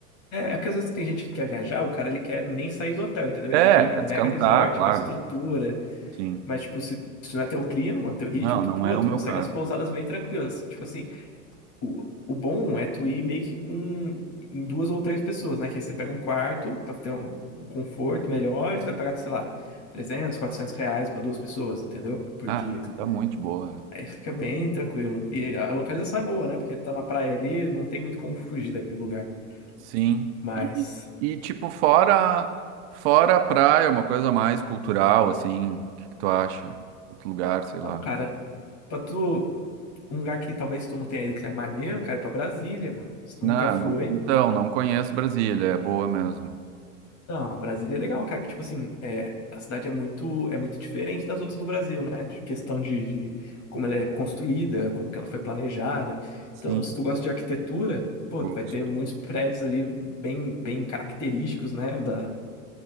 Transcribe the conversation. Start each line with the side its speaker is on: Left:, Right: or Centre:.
Left: É, é porque às vezes tem gente que quer viajar, o cara ele quer nem sair do hotel, entendeu?
Right: É,
Left: Ele quer aquele
Right: quer
Left: mega
Right: descansar,
Left: resort
Right: claro.
Left: com a estrutura.
Right: Sim.
Left: Mas, tipo, se, se não é teu clima, mano, teu ritmo,
Right: Não,
Left: tu,
Right: não
Left: pô,
Right: é o
Left: tu
Right: meu
Left: consegue
Right: caso.
Left: umas pousadas bem tranquilas. Tipo assim, O, o bom é tu ir meio que com em duas ou três pessoas, né? Que você pega um quarto pra ter um, um conforto melhor, e você vai pagar, sei lá, trezentos quatrocentos reais pra duas pessoas, entendeu? Por
Right: Ah,
Left: dia.
Right: tá muito boa. é.
Left: Aí fica bem tranquilo. E a localização é boa, né? Porque tá na praia ali, não tem muito como fugir daquele lugar.
Right: Sim.
Left: Mas,
Right: E, e, tipo, fora, fora a praia, uma coisa mais cultural, assim, o que que tu acha? Outro lugar, sei
Left: não,
Right: lá.
Left: cara, pra tu, um lugar que talvez tu não tenha ido que é maneiro, cara, é pra Brasília, mano. Se tu
Right: Não,
Left: nunca foi.
Right: não, então, não conheço Brasília, é boa mesmo.
Left: Não, Brasília é legal, cara, que tipo assim, é, a cidade é muito é muito diferente das outras do Brasil, né? De questão de, de como ela é construída, como que ela foi planejada.
Right: Sim.
Left: Então, se tu gosta de arquitetura, pô,
Right: Gosto.
Left: tu vai ter muitos prédios ali bem bem característicos, né, da